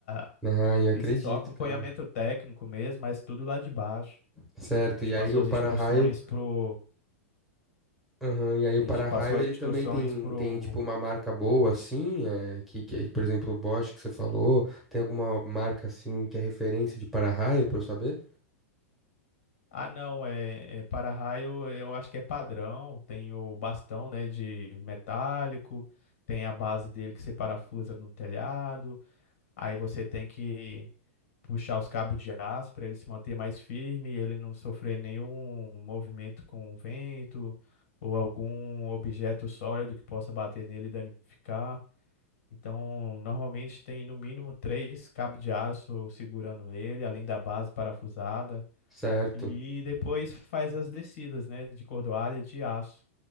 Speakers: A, on the left; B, in the centre.
A: <laughs>
B: Ai, acredito,
A: Fiz só acompanhamento
B: cara.
A: técnico mesmo, mas tudo lá de baixo.
B: Certo,
A: A gente
B: e
A: passou
B: aí o
A: as
B: para-raio,
A: instruções pro.
B: aham, e aí o
A: A
B: para-raio
A: gente passou as
B: ele
A: instruções
B: também tem,
A: pro.
B: tem tipo uma marca boa assim, é, que, que é, por exemplo, o Bosch que você falou, tem alguma marca assim que é referência de para-raio para eu saber?
A: Ah, não, é, é para-raio, eu acho que é padrão. Tem o bastão, né, de metálico, tem a base dele que se parafusa no telhado. Aí você tem que puxar os cabos de aço para ele se manter mais firme, ele não sofrer nenhum movimento com o vento ou algum objeto sólido que possa bater nele e danificar. Então, normalmente tem no mínimo três cabos de aço segurando ele, além da base parafusada.
B: Certo.
A: E depois faz as descidas, né, de cordoalha de aço,